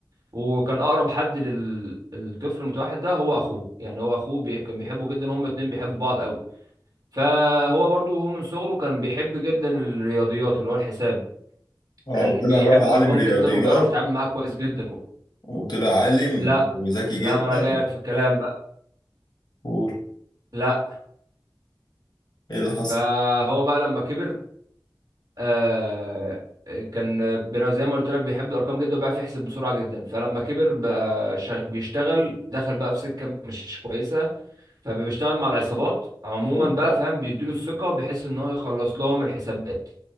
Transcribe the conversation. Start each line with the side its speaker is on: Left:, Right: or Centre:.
Right: وكان اقرب حد للطفل المتوحد ده هو اخوه يعني هو اخوه بي... كان بيحبه جدا هما الاتنين بيحبوا بعض قوي فهو برضو هو من صغره كان بيحب جدا الرياضيات اللي هو الحساب
Left: اه
Right: كان
Left: طلع
Right: بيحب
Left: بقى
Right: الارقام
Left: عالم رياضيات
Right: جدا وبيعرف يتعامل معاها كويس جدا
Left: وطلع عالم
Right: لا
Left: وذكي
Right: لا
Left: جدا
Right: ما انا جاي لك في الكلام بقى
Left: قول
Right: لا
Left: ايه اللي حصل؟
Right: فهو بقى لما كبر آه كان بنا- زي ما قلت لك بيحب الارقام جدا وبيعرف يحسب بسرعه جدا فلما كبر بقى شغ... بيشتغل دخل بقى في سكه مش كويسه فبيشتغل مع العصابات عموما
Left: اوبا
Right: بقى فاهم بيديله الثقه وبيحس ان هو يخلص لهم الحسابات